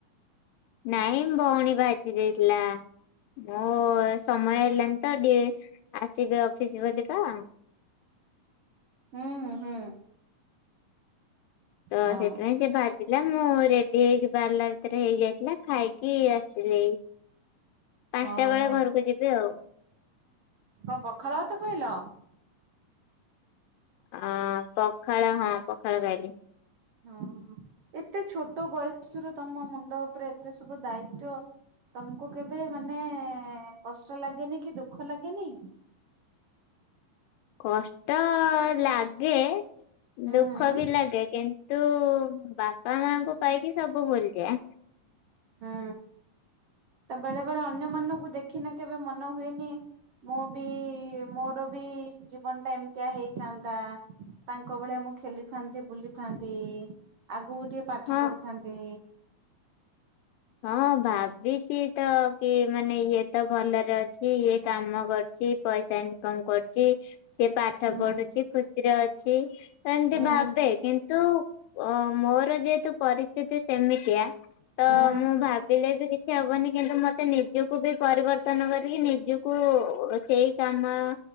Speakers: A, on the left; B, on the right.
A: ନାଇଁ ଭଉଣୀ ଭାଜି ଦେଇଥିଲା। ମୋ ଏ ସମୟ ହେଲାନି ତ ଟିକେ ଆସିବେ ଅଫିସ୍ ବୋଲିକା।
B: ଅଁ, ହଁ, ହଁ।
A: ତ
B: ହଁ
A: ସେଥିପାଇଁ ସେ ଭା ଥିଲା ମୁଁ ରେଡି ହେଇକି ବାହାରିଲା ଭିତରେ ହେଇଯାଇଥିଲା। ଖାଇକି ଆସିଲି ଏଇ। ପାନ୍ସଟା
B: ଓହୋ
A: ବେଳେ ଘରକୁ ଯିବି ଆଉ।
B: କଣ ପଖାଳ ଭାତ ଖାଇଲ?
A: ଅ, ପଖାଳ ହଁ, ପଖାଳ ଖାଇଲି।
B: ହଁ, ଏତେ ଛୋଟ ବୟସରୁ ତୋମ ମୁଣ୍ଡ ଉପରେ ଏତେ ସବୁ ଦାୟିତ୍ଵ। ତୋମକୁ କେବେ ମାନେ କଷ୍ଟ ଲାଗେନି କି ଦୁଃଖ ଲାଗେନି?
A: କଷ୍ ଟ ଲାଗେ।
B: ହୁଁ
A: ଦୁଃଖ ବି ଲାଗେ। କିନ୍ତୁ, ବା ପା, ମାଙ୍କୁ ପାଇକି ସବୁ ଭୁଲିଯା। ଆ,
B: ହଁ, ତ ବେଳେବେଳେ ଅନ୍ୟ ମାନଙ୍କୁ ଦେଖିନେ କେବେ ମନ ହୁଏନି ମୋ ବି, ମୋର ବି ଜୀବନ ଟା ଏମିତିଆ ହେଇଥାନ୍ତା। ତାଙ୍କ ଭଳିଆ ମୁଁ ଖେଲିଥାନ୍ତି, ବୁଲିଥାନ୍ତି। ଆଗକୁ ଟିକେ ପାଠ
A: ହଁ
B: ପଢିଥାନ୍ତି।
A: ହଁ ଭାବିଛି ତ କି ମାନେ ଇଏ ତ ଭଲରେ ଅଛି। ଇଏ କାମ କରୁଛି। ପଇସା ଇନକମ କରୁଛି। ସେ ପାଠ
B: ହୁଁ
A: ପଢୁଛି। ଖୁସ ସିରେ ଅଛି, ଏମତି
B: ହୁଁ
A: ଭାବେ। କିନ୍ତୁ ଅ, ମୋର ଯେହେତୁ ପରିସ୍ଥିତି ସେମିତିଆ, ତ
B: ହୁଁ।
A: ମୁଁ ଭାବିଲେ ବି କିଛି ହବନି। କିନ୍ତୁ, ମୋ ତେ ନିଜକୁ ବି ପରିବର୍ତ୍ତନ କରିକି ନିଜକୁ ସେଇ କାମ